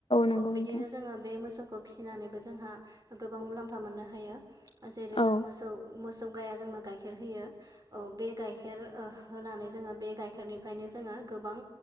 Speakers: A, on the left; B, on the right.
A: नंगौ
B: औ बिदिनो
A: नोंथां
B: जोङो बे मसौ फिसिनानैबो जोंहा गोबां मुलामफा मोननो हायो जेर
A: औ
B: जों मोसौ मोसौ। मोसौ गाया जोंनो गाइखेर होयो औ बे गाइखेर होनानै जोङो बे गाइखेरनिफ्रायनो जोङो गोबां